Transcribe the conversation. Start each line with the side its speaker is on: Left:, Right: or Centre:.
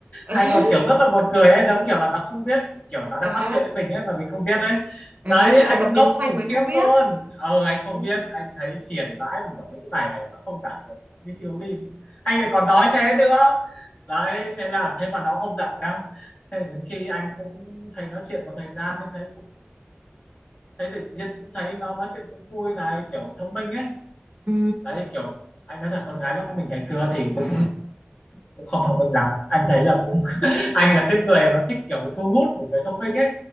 Right: <laughs>
Left: hay còn kiểu rất là buồn cười ấy giống kiểu là nó không biết kiểu nó đang
Right: À,
Left: bắt chuyện với mình ấy mà mình không biết đấy
Right: à
Left: đấy
Right: tức
Left: anh
Right: là bật
Left: ngốc
Right: đèn xanh
Left: khủng
Right: mà anh
Left: khiếp
Right: không biết.
Left: luôn ờ anh không
Right: Ừ.
Left: biết anh thấy phiền vãi mình bảo mấy cái bài này nó không giải được nó đi thiếu lim anh lại còn nói thế nữa đấy thế là thế mà nó không giận đâu thế là đến khi anh cũng thấy nói chuyện một thời gian nên thấy cũng thấy tự nhiên cũng thấy nó nói chuyện cũng vui này kiểu thông minh ấy
Right: Ừ.
Left: đấy kiểu anh nói thật con gái lớp mình ngày xưa thì cũng cũng không thông minh lắm anh thấy là cũng <laughs> anh là tiếp người mà thích kiểu bị thu hút bởi cái thông minh ấy